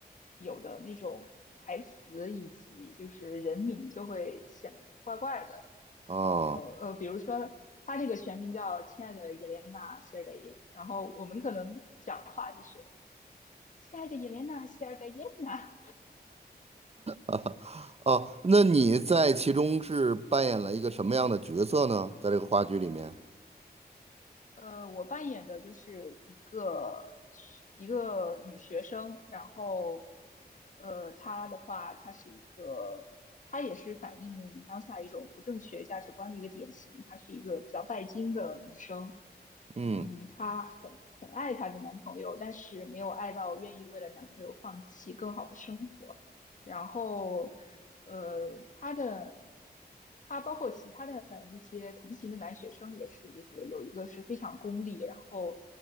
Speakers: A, on the left; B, on the right.
A: 有的那种台词以及就是人名就会显得怪怪的。
B: 啊？
A: 就呃，
B: 哦
A: 比如说他这个全名叫亲爱的叶莲娜·谢尔盖耶夫，然后我们可能讲话就是亲爱的叶莲娜·谢尔盖耶娜，
B: <laughs> 哦，那你在其中是扮演了一个什么样的角色呢？在这个话剧里面，
A: 呃，我扮演的就是一个一个女学生，然后，呃，她的话，她是一个，她也是反映当下一种不正确价值观的一个典型，她是一个比较拜金的女生，
B: 嗯，
A: 嗯，她很很爱她的男朋友，但是没有爱到愿意为了男朋友放弃更好的生活。然后呃，他的他包括其他的那些同行的男学生也是，就是有一个是非常功利，然后